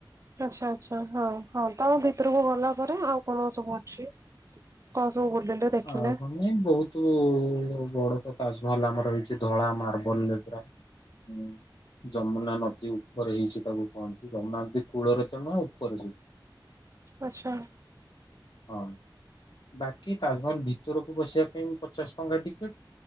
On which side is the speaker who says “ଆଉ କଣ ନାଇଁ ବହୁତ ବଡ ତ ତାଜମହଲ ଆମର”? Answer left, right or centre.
Left